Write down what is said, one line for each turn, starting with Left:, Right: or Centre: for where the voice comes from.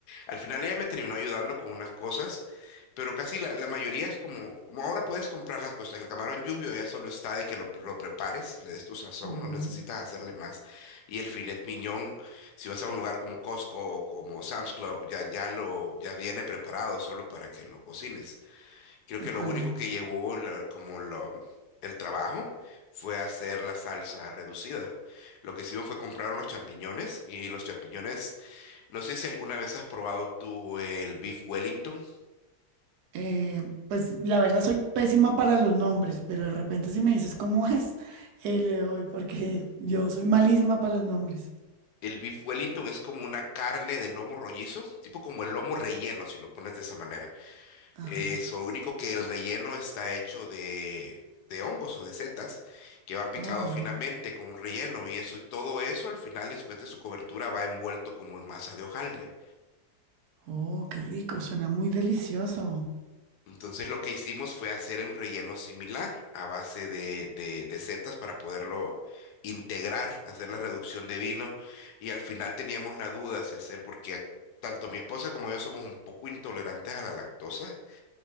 Left: Al final ella me terminó ayudando con unas cosas, pero casi la, la mayoría es como, como ahora puedes comprar las cosas. El camarón jumbo ya solo está de que lo, lo prepares, le des tu sazón,
Right: Ujú,
Left: no necesitas hacerle más. Y el filet mignon, si vas a un lugar como Costco o como Sam's Club, ya, ya lo, ya viene preparado solo para que lo cocines. Creo
Right: De
Left: que
Right: acuerdo.
Left: lo único que llevó la- como lo- el trabajo fue hacer la salsa reducida. Lo que hicimos fue comprar unos champiñones y los champiñones, no sé si alguna vez has probado tú el beef Wellington.
Right: Eh, pues la verdad soy pésima para los nombres, pero de repente si me dices cómo es, eh, le doy, porque yo soy malísima para los nombres.
Left: El beef Wellington es como una carne de lomo rollizo, tipo como el lomo relleno, si lo pones de esa manera.
Right: Ajá.
Left: Eso, lo único que el relleno está hecho de, de hongos o de setas que van picados
Right: Oh,
Left: finamente con un relleno y eso, y todo eso al final después de su cobertura va envuelto como en masa de hojaldre.
Right: oh, qué rico, suena muy delicioso.
Left: Entonces lo que hicimos fue hacer un relleno similar a base de, de, de setas para poderlo integrar, hacer la reducción de vino y al final teníamos la duda si hacer porque tanto mi esposa como yo somos un poco intolerantes a la lactosa.